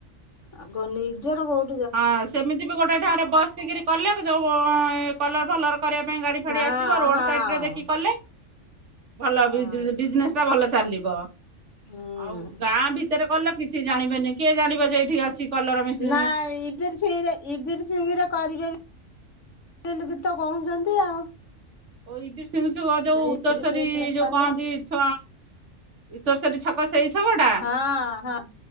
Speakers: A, on the left; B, on the right.
A: ଆ ନିଜର କୋଉ
B: ହଁ ସେମିତି ବି ଗୋଟେ ଢାରେ ବସିକରି କଲେ ଯୋଉ କଲର ଭଲର କରିବା ପାଇଁ ଗାଡି ଫାଡି
A: ହଁ
B: ଆସିବ ରୋଡ
A: ହଁ
B: ସାଇଡ ରେ ଦେଖି କଲେ ଭଲ
A: ହଁ
B: <unintelligible> ଭଲ ଚାଲିବ
A: ହୁଁ
B: ଆଉ ଗାଁ ଭିତରେ କଲେ କିଛି ଜାଣିବେନି କିଏ ଜାଣିବ ଯେ ଏଇଠି ଅଛି କଲର ମିସି
A: ହଁ <unintelligible> କରିବେ <unintelligible> କଣ ଚାଛନ୍ତି ଆଉ।
B: ଓ ଇଡିପ ସଂହ ଯୋଉ
A: ସେଇ
B: ଉତ୍ତରସରୀ
A: ଇବିର ସିଂରେ
B: ଯୋଉ
A: କଲେ
B: କହନ୍ତି <unintelligible> ତୋର ସେଇ ଛକ ଛକଟା?
A: ହଁ ହଁ।